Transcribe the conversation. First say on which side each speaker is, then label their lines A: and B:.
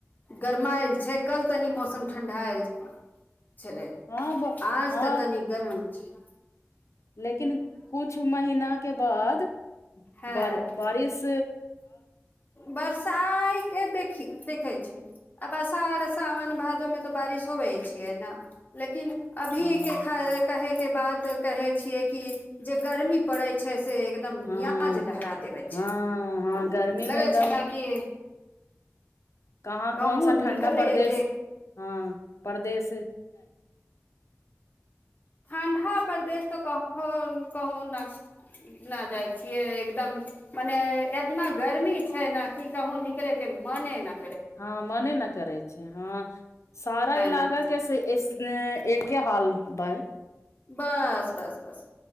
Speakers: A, on the left; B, on the left.
A: गरमाएल छै कल तनी मौसम ठण्डा आयल। छललै
B: हँ ब
A: आज
B: हँ
A: तकनि गरम। अचछा।
B: लेकिन कुछ महिनाके बाद।
A: हँ
B: बार बारिस।
A: बरसाइ। के देखि देखै छै आब अषाढ़ साावन भादोमे त बारिश होबे छियै ने लेकिन। अभी
B: हँ
A: के कहे के बात। कहे छियै कि जे गर्मी पड़े छै से। एकदम
B: हँ
A: मियाज लहरा देबै
B: हँ
A: छै एकदम
B: हँ। गर्मी मे
A: लगै
B: एकदम
A: छल ने कि।
B: कहाँ कौन
A: कहूँ
B: सा
A: निकले
B: ठण्डा परदेश
A: के
B: हँ। परदेस।
A: ठंडा परदेश तो कखो कहुं न न जाय छीये एकदम मने एतना गर्मी छै न की कहु निकले के मने ने।
B: हँ मने न करै छै हँ सारा इलाका
A: नहि
B: के से एके हाल। बाह।
A: बस बस बस।